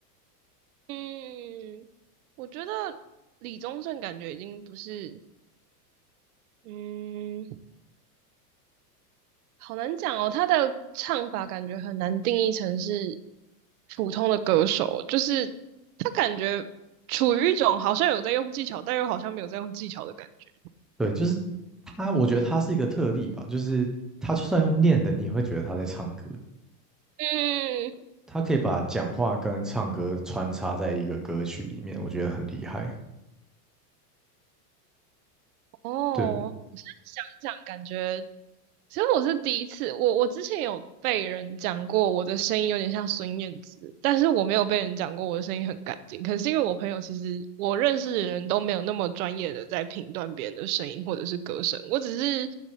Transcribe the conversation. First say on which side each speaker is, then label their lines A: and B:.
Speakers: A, on the right; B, in the centre.
A: 嗯，我觉得李宗盛感觉已经不是，嗯，好难讲哦，他的唱法感觉很难定义成是普通的歌手，就是他感觉处于一种好像有在用技巧，但又好像没有在用技巧的感觉。
B: 对，就是他，我觉得他是一个特例吧，就是他就算用念的，你也会觉得他在唱歌。
A: 嗯，
B: 他可以把讲话跟唱歌穿插在一个歌曲里面，我觉得很厉害。
A: 哦，
B: 对，
A: 我现在想一想，感觉。其实我是第一次，我我之前有被人讲过我的声音有点像孙燕姿，但是我没有被人讲过我的声音很干净。可能是因为我朋友其实我认识的人都没有那么专业的在评断别人的声音或者是歌声，我只是